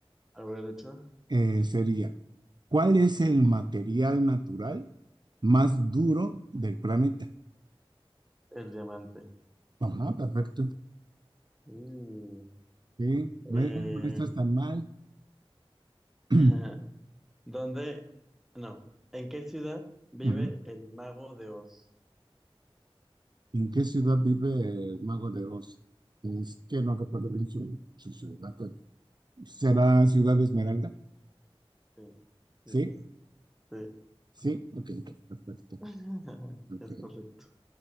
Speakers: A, in the centre; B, on the right.
A: a ver, de hecho,
B: Eh, sería, ¿cuál es el material natural más duro del planeta?
A: el diamante.
B: Ajá, perfecto.
A: Uh,
B: Sí,
A: eh,
B: ve, no estás tan mal. <clears throat>
A: <laughs> ¿dónde? No. ¿En qué ciudad vive
B: Ujú.
A: el mago de Oz?
B: ¿En qué ciudad vive el Mago de Oz? Es que no recuerdo bien su, su ciudad. ¿Será Ciudad Esmeralda?
A: Sí, sí,
B: Sí,
A: sí.
B: sí, ok, ok, perfecto.
A: <laughs>
B: ok.
A: Es correcto.